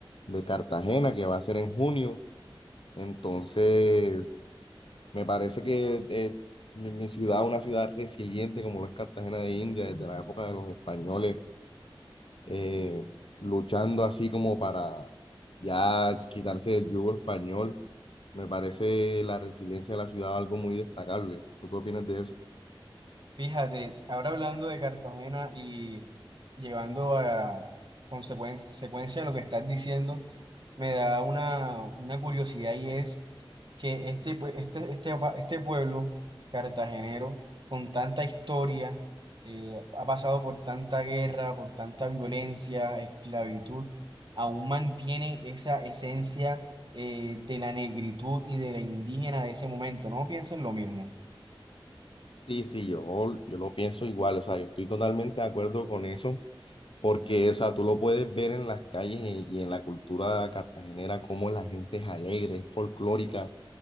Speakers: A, on the left; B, on the right.
A: de Cartagena, que va a ser en junio. Entonces, me parece que eh, mi mi ciudad, una ciudad resiliente como lo es Cartagena de India, desde la época de los españoles eh, luchando así como para ya quitarse del yugo español. Me parece la resiliencia de la ciudad algo muy destacable. ¿Tú qué opinas de eso?
B: Fíjate, ahora hablando de Cartagena y llevando a consecuen- consecuencia de lo que estás diciendo, me da una, una curiosidad y es que este, pue- este, este, pa- este pueblo cartagenero, con tanta historia, eh, ha pasado por tanta guerra, por tanta violencia, esclavitud, aún mantiene esa esencia eh, de la negritud y de la indígena de ese momento. ¿No piensan lo mismo?
A: Sí, sí, yo, yo lo pienso igual, o sea, yo estoy totalmente de acuerdo con eso, porque, o sea, tú lo puedes ver en las calles y y en la cultura cartagenera, cómo la gente es alegre, es folclórica,